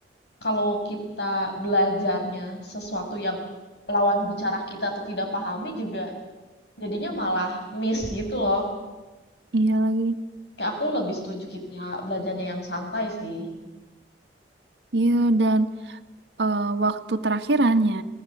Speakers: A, on the left; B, on the right.
A: kalau kita belajarnya sesuatu yang lawan bicara kita tuh tidak pahami juga jadinya malah miss gitu loh.
B: Iya lagi.
A: Kayak aku lebih setuju kita belajarnya yang santai sih.
B: Iya, dan eh, waktu terakhirannya,